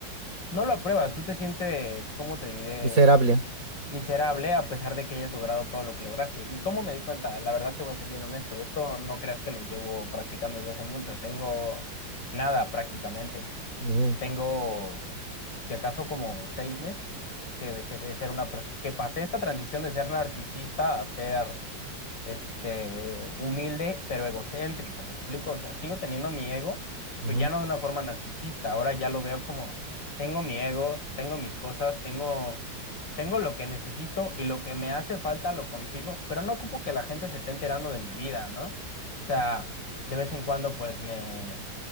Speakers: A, on the left; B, on the right.
A: No lo apruebas, tú te sientes, ¿cómo te diré?
B: Miserable.
A: miserable a pesar de que hayas logrado todo lo que lograste. ¿Y cómo me di cuenta? La verdad te voy a ser bien honesto, esto no creas que lo llevo practicando desde hace mucho, tengo nada prácticamente,
B: Ujú,
A: tengo si acaso como seis meses que dejé de ser una persona, que pasé esta transición de ser narcisista a ser este, humilde, pero egocéntrico, ¿me explico? O sea, sigo teniendo mi ego,
B: ujú.
A: pero ya no de una forma narcisista, ahora ya lo veo como, tengo mi ego, tengo mis cosas, tengo, tengo lo que necesito y lo que me hace falta lo consigo, pero no ocupo que la gente se esté enterando de mi vida, ¿no? O sea, de vez en cuando pues me,